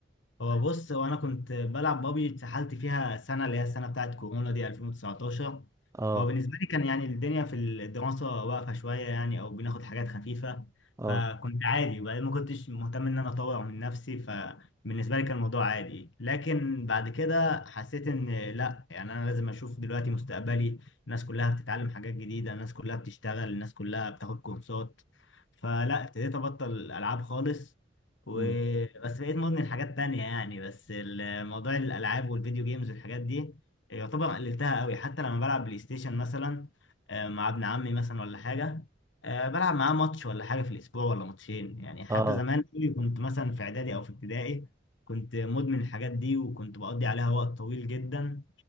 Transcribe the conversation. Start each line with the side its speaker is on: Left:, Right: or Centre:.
Left: هو بص هو انا كنت بلعب بابجي اتسحلت فيها سنه اللي هي السنه بتاعت كورونا دي 2019
Right: اه
Left: هو بالنسبه لي كان يعني الدنيا في الدراسه واقفه شويه يعني او بناخد حاجات خفيفه
Right: اه
Left: فكنت عادي وبعدين ما كنتش مهتم ان انا اطور من نفسي فبالنسبه لي كان الموضوع عادي لكن بعد كده حسيت ان لا يعني انا لازم اشوف دلوقتي مستقبلي الناس كلها بتتعلم حاجات جديده الناس كلها بتشتغل الناس كلها بتاخد كورسات فلا ابتديت ابطل العاب خالص وبس
Right: مم.
Left: بقيت مدمن حاجات تانية يعني بس الموضوع الألعاب والفيديو جيمز والحاجات دي يعتبر قللتها قوي حتى لما بلعب بلاي ستيشن مثلا آه، مع ابن عمي مثلا ولا حاجة آه، بلعب معاه ماتش ولا حاجة في الأسبوع ولا ماتشين يعني حتى
Right: اه
Left: زمان قوي كنت مثلا في إعدادي أو في ابتدائي كنت مدمن الحاجات دي وكنت بقضي عليها وقت طويل جدا